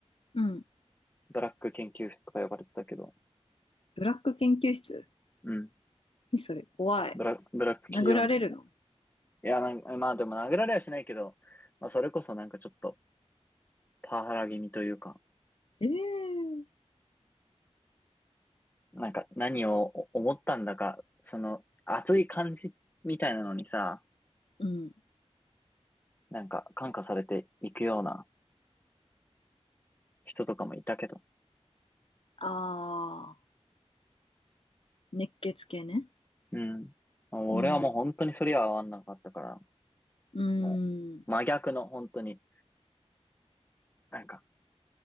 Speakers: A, on the left; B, on the left.
A: うん。
B: ブラック研究室とか呼ばれてたけど、
A: ブラック研究室
B: うん。
A: え、それ怖い。
B: ブラ、ブラック企業みたいな。
A: 殴られるの
B: いや、なんか、まあでも殴られはしないけど、まあそれこそなんかちょっとパワハラ気味というか、
A: ええー
B: なんか何を思ったんだか、その熱い感じみたいなのにさ、
A: うん。
B: なんか感化されていくような人とかもいたけど、
A: ああ、熱血系ね。
B: うん。俺はもう本当にそれは合わんなかったから、
A: うん。うん。
B: もう真逆の本当に、なんか、